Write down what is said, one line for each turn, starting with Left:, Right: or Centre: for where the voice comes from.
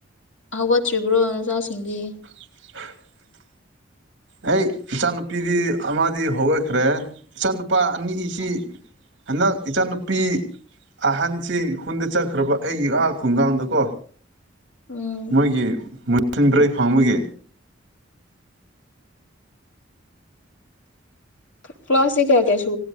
Left: ꯍꯧꯒꯠꯇ꯭ꯔꯤꯕ꯭ꯔꯣ ꯅꯆꯥꯁꯤꯡꯗꯤ
Right: <unintelligible> <inaudible> ꯑꯩ ꯏꯆꯥꯅꯨꯄꯤꯗꯤ ꯑꯃꯗꯤ ꯍꯧꯒꯠꯈ꯭ꯔꯦ ꯏꯆꯥꯅꯨꯄꯥ ꯑꯅꯤꯁꯤ ꯍꯟꯗꯛ ꯏꯆꯥꯅꯨꯄꯤ ꯑꯍꯟꯁꯤ ꯈꯨꯟꯗ ꯆꯠꯈ꯭ꯔꯕ ꯑꯩꯒꯤ ꯑꯥ ꯈꯨꯡꯒꯥꯡꯗꯀꯣ
Left: ꯎꯝ
Right: ꯃꯣꯏꯒꯤ <inaudible> ꯐꯪꯕꯒꯤ
Left: ꯀ꯭ꯂꯥꯁꯇꯤ ꯀꯌꯥ ꯀꯌꯥ ꯁ